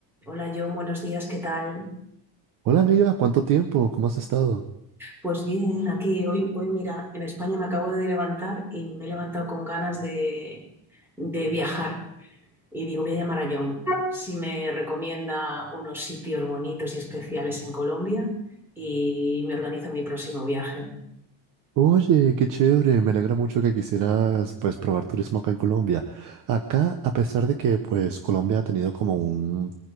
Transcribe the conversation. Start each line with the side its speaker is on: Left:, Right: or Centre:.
Centre: Hola John, buenos días, ¿qué tal?
Right: Hola amiga, ¿cuánto tiempo? ¿Cómo has estado?
Centre: Pues bien, aquí hoy, hoy mira, en España me acabo de levantar y me he levantado con ganas de, de viajar. Y digo, voy a llamar a John si me recomienda unos sitios bonitos y especiales en Colombia y me organizo mi próximo viaje.
Right: Oye, qué chévere, me alegra mucho que quisieras pues probar turismo acá en Colombia. Acá, a pesar de que pues Colombia ha tenido como un,